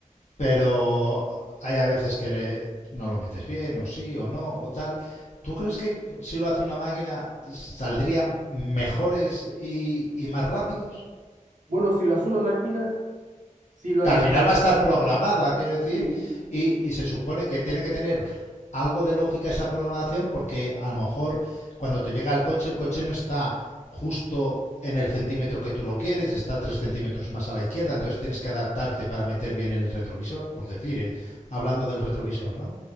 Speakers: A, on the left; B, on the right.
A: pero hay a veces que ne- no lo metes bien, o sí, o no, o tal. ¿Tú crees que si lo hace una máquina saldrían mejores y, y más rápidos?
B: Bueno, si lo hace una máquina, sí lo
A: que
B: haría
A: al final
B: más.
A: va a estar programada, quiero decir,
B: Sí,
A: y, y se supone que tiene que tener algo de lógica esa programación porque a lo mejor cuando te llega el coche, el coche no está justo en el centímetro que tú lo quieres, está 3 centímetros más a la izquierda, entonces tienes que adaptarte para meter bien el retrovisor, por decir, eh, hablando del retrovisor, ¿no?